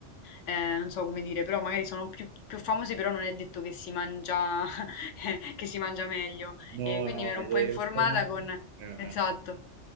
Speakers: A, on the left; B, on the right.
A: eh, non so come dire, però magari sono più, più famosi, però non è detto che si mangia, <laughs> che si mangia meglio.
B: No,
A: E quindi
B: no,
A: mi ero un
B: gli
A: po' informata
B: ristoranti...
A: con,
B: eh, eh,
A: esatto,
B: eh.